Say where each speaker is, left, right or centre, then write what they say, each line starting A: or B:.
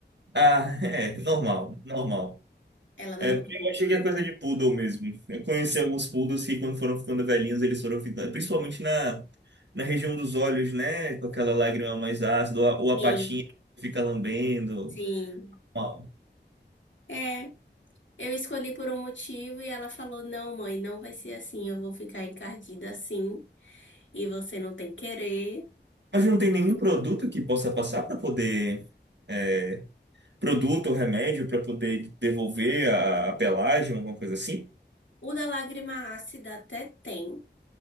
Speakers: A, on the right; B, on the left.
A: Ah, é, normal, normal.
B: Ela não
A: É, eu
B: gosta de
A: achei
B: banho.
A: que é coisa de poodle mesmo. Eu conheci alguns poodles que, quando foram ficando velhinhos, eles foram ficando. Principalmente na, na região dos olhos, né? Com aquela lágrima mais ácida, ou a, ou a
B: Sim,
A: patinha que fica lambendo.
B: sim.
A: Uau.
B: É, eu escolhi por um motivo e ela falou: não, mãe, não vai ser assim. Eu vou ficar encardida assim e você não tem querer.
A: Mas não tem nenhum produto que possa passar para poder. é, produto ou remédio para poder devolver a, a pelagem, alguma coisa assim?
B: O da lágrima ácida até tem,